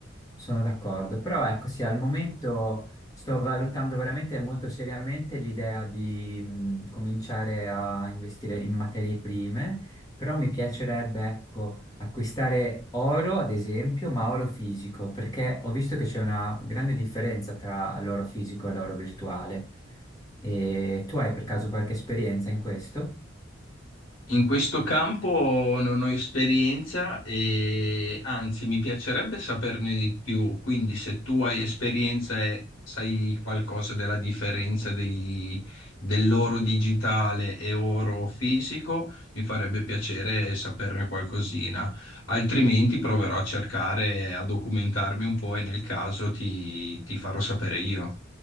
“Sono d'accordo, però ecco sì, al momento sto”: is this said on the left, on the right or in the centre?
Left